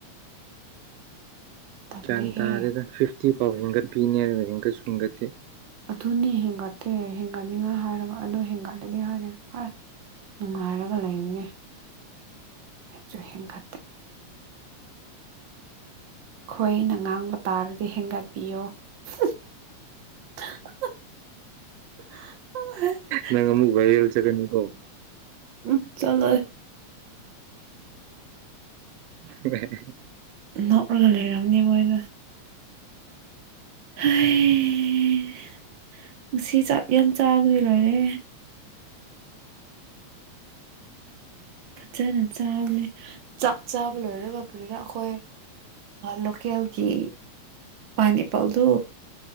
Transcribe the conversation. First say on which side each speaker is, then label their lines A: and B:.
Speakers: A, on the right; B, on the right.
A: ꯇꯜꯂꯦꯍꯦ
B: ꯒ꯭ꯌꯥꯟ ꯇꯥꯔꯦꯗꯅ ꯐꯤꯐꯇꯤ ꯐꯥꯎ ꯍꯦꯟꯒꯠꯄꯤꯅꯤ ꯍꯥꯏꯔꯒ ꯍꯦꯟꯀꯠꯁꯨ ꯍꯟꯒꯠꯇꯦ
A: ꯑꯗꯨꯅꯤ ꯍꯦꯟꯒꯠꯇꯦ ꯍꯦꯟꯒꯠꯅꯤꯡꯉꯥꯏ ꯍꯥꯏꯔꯒ ꯑꯗꯨ ꯍꯦꯟꯒꯠꯂꯒꯗꯤ ꯍꯥꯏꯅꯤ ꯐꯥꯏ ꯅꯨꯡꯉꯥꯏꯔꯒ ꯂꯩꯕꯅꯦ ꯍꯦꯟꯁꯨ ꯍꯦꯟꯒꯠꯇꯦ ꯑꯩꯈꯣꯏꯅ ꯉꯥꯡꯕ ꯇꯥꯔꯗꯤ ꯍꯦꯟꯒꯠꯄꯤꯌꯨ <unintelligible>
B: ꯅꯪ ꯑꯃꯨꯛ ꯚꯥꯏꯔꯦꯜ ꯆꯠꯀꯅꯤꯀꯣ
A: ꯎꯝ ꯆꯠꯂꯣꯏ
B: <unintelligible>
A: ꯅꯣꯛꯂ ꯂꯧꯔꯝꯅꯤ ꯃꯣꯏꯗꯣ ꯍꯥꯏ ꯉꯁꯤ ꯆꯥꯛ ꯌꯥꯝ ꯆꯥꯕꯒꯤ ꯂꯣꯏꯔꯦ ꯐꯖꯅ ꯆꯥꯕꯅꯦ ꯆꯥꯛ ꯆꯥꯕ ꯂꯣꯏꯔꯒ ꯀꯔꯤꯔꯥ ꯑꯩꯈꯣꯏ ꯂꯣꯀꯦꯜꯒꯤ ꯄꯥꯏꯅꯦꯄꯜꯗꯨ